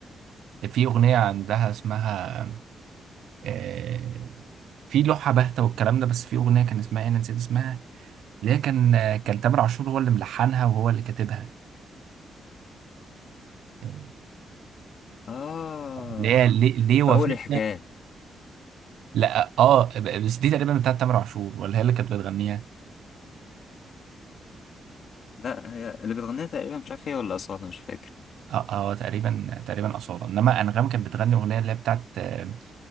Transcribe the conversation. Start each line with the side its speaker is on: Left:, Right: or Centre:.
Right: في أغنية عندها اسمها آه، في لوحة باهتة والكلام ده بس في أغنية كان اسمها إيه أنا نسيت اسمها اللي هي كان كان تامر عاشور هو اللي ملحنها وهو اللي كاتبها آه،
Left: آه
Right: اللي هي ليه ليه وافقت
Left: في أول الحكايات
Right: لا اه بس دي تقريبا بتاعت تامر عاشور ولا هي اللي كانت بتغنيها
Left: لا هي اللي بتغنيها تقريبا مش عارف هي ولا أصالة مش فاكر
Right: اه اه تقريبا تقريبا اصاله انما انغام كانت بتغني اغنيه اللي هي بتاعت آه